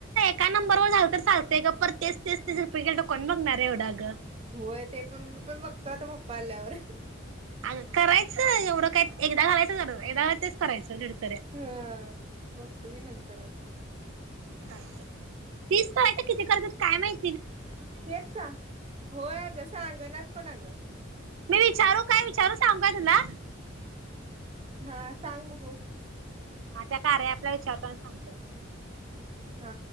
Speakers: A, on the right; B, on the right.
A: काय नंबरवर झाल तर चालतय ग परत तेच तेच तेच रिपीट केलं तर कोण बघणार आहे एवढं अग.
B: होय ते पण मी पण बघतो आता पप्पा आल्यावर
A: अग करायचं एवढं काय एकदा घालायच एकदा घालायच तेच करायचं ल
B: हा बघतो मी नंतर आता
A: चा तीस करायचं काय किती करायच काय माहित?
B: तेच ता होय अग सांगणात पण अग.
A: मी विचारू, काय विचारू सांगु काय तुला?
B: हा सांग बघू.
A: हा त्या कार्या ॲपला विचारतो आणी सांगतो घे.
B: ह